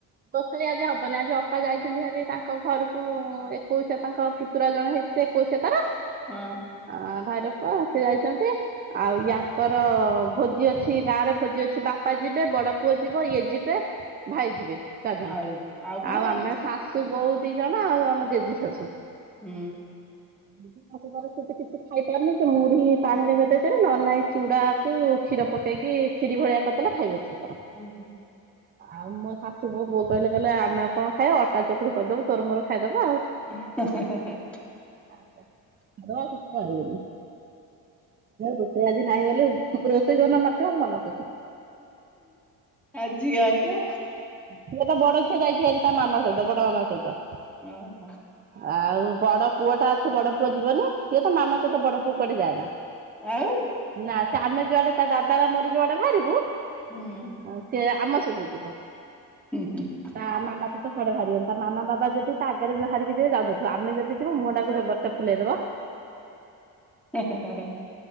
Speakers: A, on the right; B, in the centre.
A: ଦୋଷେଇ ଆଜି ହବନି ଆଜି ଅପା ଯାଇଛନ୍ତି ଭାରି ତାଙ୍କ ଘରକୁ ଏକୋଇଶିଆ ତାଙ୍କ ପୁତୁରା ଜଣେ ହେଇ ସେ ଏକୋଉସିଆ ତାର।
B: ହଁ।
A: ଅ ଭାଇରପୁଅ ସିଏ ଯାଇଛନ୍ତି ଆଉ ୟାଙ୍କର ଭୋଜି ଅଛି ଗାଁରେ ଭୋଜି ଅଛି ବାପା ଯିବେ ବଡ ପୁଅ ଯିବ ଇଏ ଯିବେ ଭାଇ ଯିବେ। ଚାରିଜଣ
B: ଆଉ କଣ
A: ଆଉ
B: ପାଇଁ
A: ଆମେ ଶାଶୁ ବୋଉ ଦି ଜଣ ଆଉ ଆମ ଜେଜି ଶାଶୁ।
B: ହୁଁ।
A: ହୁଁ। ସେ କିଛି ଖାଇପାରୁନି ସେ ମୁଢି ପାଣିରେଭେ ଦେଇଦେବେ ନହେଲେ ନାହି ଚୁଡା କୁ କ୍ଷୀର ପକେଇକି କ୍ଷିରି ଭଳିଆ କରିଦେଲେ ଖାଇବ ସିଏତାର
B: ହୁଁ।
A: ଆଉ ମୋ ଶାଶୁ ସୁବୋଉ କହିଲେ କହିଲେ ଆମେ କଣ ଖାଇବା ଅଟା ଚକୁଳି କରିଦବୁ ତୋରମୋର ଖାଇଦବା ଆଉ।
B: ହେଁ ହେଁ ହେଁ।
A: ଆଉ ଆଉ କିଛି କରିବିନି। ରୋଷେଇ ଆଜି ନାହିଁ ବୋଲି ରୋଷେଇ ଯୋଉଦିନ ନଥିବ ମନ ଖୁସି।
B: ଆ ଝିଅ ହରିକା?
A: ଝିଅ ତ ବଡ ଝିଅ ଯାଇଛି ହାରି ତା ମାମା ସହିତ ବଡ ମାମା ସହିତ।
B: ଓଁ ହୋଁ।
A: ଆଉ ବଡ ପୁଅ ଟା ଅଛି ବଡ ପୁଅ ଯିବନି ସିଏ ତ ମାମା ସହିତ ବଡ ପୁଅ କୁଆଡେ ଯାଏନା।
B: ଆଉ।
A: ନା ସେ ଆମେ ଯୁଆଡେ ତା ଦାଦାର ମୋର ଯୁଆଡେ ବାହାରିବୁ
B: ହୁଁ।
A: ଆଉ ସେ ଆମ ସହିତ ଯିବ।
B: ହୁଁ ହୁଁ।
A: ତା ମାମା ସହିତ କୁଆଡେ ବାହାରିବନି ତା ମାମ ବାବା ଯଦି ତା ଆଗରେ ବି ବାହାରିକି ଯିବେ ଯାଉନଥିବ ଆମେ ଯଦି ଯିବୁ ମୁହଁ ଟାକୁ ଯବର ଫୁଲେଇ ଦବ।
B: ହେଁ ହେଁ ହେଁ।